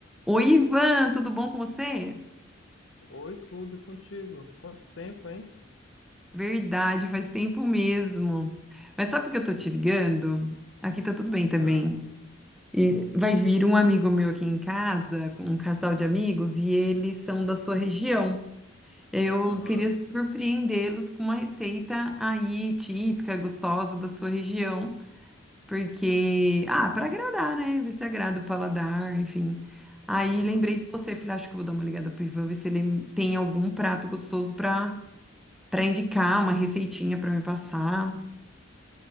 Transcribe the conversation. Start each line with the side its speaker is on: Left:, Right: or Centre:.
Centre: Oi, Ivan, tudo bom com você?
Left: Oi, tudo contigo? Quanto tempo, hein?
Centre: Verdade, faz tempo mesmo. Mas sabe por que eu tô te ligando? Aqui tá tudo bem também.
Left: Ah,
Centre: E vai vir um amigo meu aqui em casa, com um casal de amigos, e eles são da sua região. Eu
Left: aham,
Centre: queria surpreendê-los com uma receita aí típica, gostosa da sua região, porque, ah, para agradar, né? Ver se agrada o paladar, enfim. Aí
Left: aham.
Centre: lembrei de você, falei, acho que eu vou dar uma ligada pro Ivan, ver se ele tem algum prato gostoso para para indicar uma receitinha para me passar.